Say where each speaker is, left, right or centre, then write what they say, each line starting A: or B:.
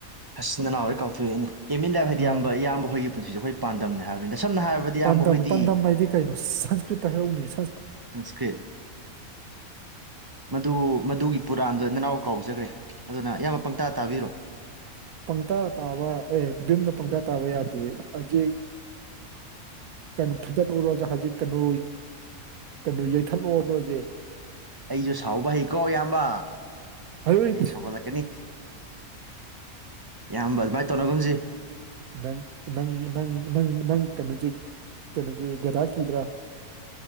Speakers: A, on the right; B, on the right.
A: ꯑꯁ ꯅꯅꯥꯎ ꯍꯣꯏꯗꯤ ꯀꯥꯎꯊꯣꯛꯑꯦꯅꯤ ꯑꯦꯝ ꯏꯟ ꯂꯥꯏ꯭ꯐ ꯍꯥꯏꯗꯤ
B: ꯑꯥ
A: ꯏꯌꯥꯝꯕ ꯏꯌꯥꯝꯕ ꯅꯣꯏꯒꯤ ꯄꯨꯟꯁꯤꯁ ꯑ ꯩꯈꯣꯏꯒꯤ ꯄꯥꯟꯗꯝꯅꯦ ꯍꯥꯏꯕꯅꯤꯗ ꯁꯝꯅ ꯍꯥꯏꯔꯕꯗ ꯏꯌꯥꯝꯕ
B: ꯄꯥꯟꯗꯝ
A: ꯍꯣꯏꯗꯤ
B: ꯄꯥꯟꯗꯝ ꯍꯥꯏꯗꯤ ꯀꯩꯅꯣ ꯁꯪꯁꯀ꯭ꯔꯤꯠꯇ ꯍꯥꯏꯔꯛ ꯎꯅꯦ
A: ꯁꯪꯁꯀ꯭ꯔꯤꯠ ꯃꯗꯨ ꯃꯗꯨꯒꯤ ꯄꯨꯔꯥꯟꯗꯨ ꯅꯅꯥꯎ ꯀꯥꯎꯖꯒ꯭ꯔꯦ ꯑꯗꯨꯅ ꯏꯌꯥꯝꯕ ꯄꯪꯇꯥ ꯇꯥꯕꯤꯔꯣ
B: ꯄꯪꯇꯥ ꯇꯥꯕ ꯑꯦ ꯕꯤꯝꯅ ꯄꯪꯇꯥ ꯇꯥꯕ ꯌꯥꯗꯦ ꯍꯧꯖꯤꯛ ꯀꯩꯅꯣ ꯐꯨꯗꯠꯂꯨꯔꯣ ꯍꯧꯖꯤꯛ ꯀꯩꯅꯣ ꯀꯩꯅꯣ ꯌꯩꯊꯠꯂꯛ ꯍꯥꯏꯕꯔꯣ ꯍꯧꯖꯤꯛ
A: ꯑꯩꯁꯨ ꯁꯥꯎꯕ ꯍꯩꯀꯣ ꯏꯌꯥꯝꯕ
B: ꯍꯩꯠ
A: ꯑꯩꯁꯨ ꯁꯥꯎꯒꯠꯂꯛꯀꯅꯤ ꯏꯌꯥꯝꯕ ꯑꯗꯨꯃꯥꯏꯅ ꯇꯧꯅꯒꯨꯝꯁꯤ
B: ꯅꯪ ꯅꯪ ꯅꯪ ꯅꯪ ꯅꯪ ꯀꯩꯅꯣꯁꯦ ꯀꯩꯅꯣꯁꯦ ꯒꯗꯥ ꯀꯤꯗ꯭ꯔꯥ